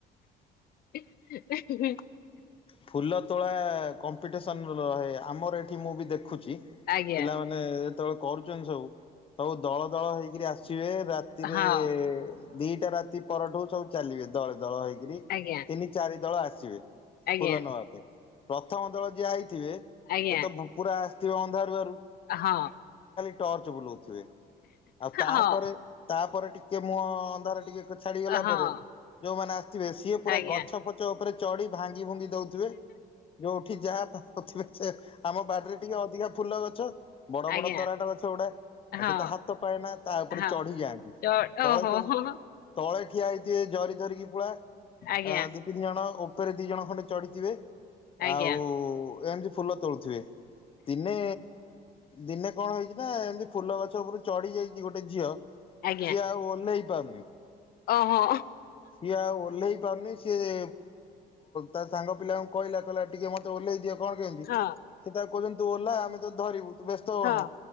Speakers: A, on the left (about 65°); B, on the left (about 35°).
A: <inaudible>
B: ଫୁଲ ତୋଳା କମ୍ପିଟିସନ ରହେ ଆମର ଏଠି ମୁଁ ବି ଦେଖ ଦେଖୁଛି
A: ଆଜ୍ଞା
B: ପିଲାମାନେ ଯେତେବେଳେ କରୁଛନ୍ତି ସବୁ ସବୁ ଦଳ ଦଳ ହେଇକିରି ଆସିବେ। ରାତିରେ
A: ହଁ
B: ଦିଟା ରାତି ପରଠୁ ସବୁ ଚାଲିବେ ଦଳ ଦଳ ହେଇକରି
A: ଆଜ୍ଞା
B: ତିନି ଚାରି ଦଳ ଆସି ଆସିବେ।
A: ଆଜ୍ଞା
B: ଫୁଲ ନବା ପାଇଁ ପ୍ରଥମ ଦଳ ଯିଆ ହେଇଛି। ଥିବେ ଏ
A: ଆଜ୍ଞା
B: ତ ପୁରା ଅନ୍ଧାର ବାରୁ
A: ହଁ।
B: ଟର୍ଚ ବୁଲଉଥିବେ। ଆଉ ତାପରେ
A: ହଁ
B: ତାପରେ ଟିକେ ମୁୋ ଅନ୍ଧାରରେ ଟିକେ ଛାଡିଗଲା
A: ହଁ
B: ପରେ ଯୋଉମାନେ ଆ େ ସିଏ ପୁରା
A: ଆଜ୍ଞା।
B: ଗଛ ଫଛ ଉପରେ ଚଡ଼ି ଭାଙ୍ଗି ଭଙ୍ଗି ଦଉଥିବେ ଯୋଉଠି ଯାହା ପାଉଥିବେ ଆମ ବାଡିରେ ଟିକେ ଅଧିକା ଫୁଲ <unintelligible> ବଡ
A: ଆଜ୍ଞା
B: ବଡ ତରାଟା ଅଛ ଗଉଟା ଆଉ
A: ହଁ
B: ସେଟ ହାତ ପାଏନା ତା ଉପରେ
A: ହଁ
B: ଚଢି ଯାଆନ୍ତି
A: ଚ ଓହୋ
B: ତଳେ ସବୁ
A: ହୋ, ହୋ,
B: ତଳେ ଠିଆଇଥିବେ ଜରି ଧରିକି ପ
A: ଆଜ୍ଞା
B: ଦି ତିନି ଜଣ ଉପରେ ଦି ଜଣ ଖଣ୍ଡେ ଚଢିଥିବେ
A: ଆଜ୍ଞା
B: ଆଉ ଏିତି ଫୁଲ ତୋଳୁଥିବେ। ତିନେ ଦିନେ କଣ ହେଇଛି ନା ନା ଏମିତି ଫୁଲ ଗଛ ଉପରୁ ଚଢି ଯାଇଛି ଗୋଟେ ଝିଅ
A: ଆଜ୍ଞା
B: ସିଏ ଆଉ ଓହ୍ଲେଇ ପାରୁନି।
A: ଓହୋ।
B: ସିଏ ଆଉ ଓହ୍ଲେଇ ପାରୁନି ସିଏ ତା ସାଙ୍ଗ ପିଲାଙ୍କୁ କହିଲା କହିଲା ଟିକେ ମତେ ଓହ୍ଲେଇ ଦିଅ। କଣ କେମିନ୍ତି
A: ହଁ
B: ସେ ତା କହୁଛନ୍ତି ତୁ ଓଲହା ଆମେ ତ ଧରିବୁ। ବ୍ୟସ୍ତ ହୋନା
A: ହଁ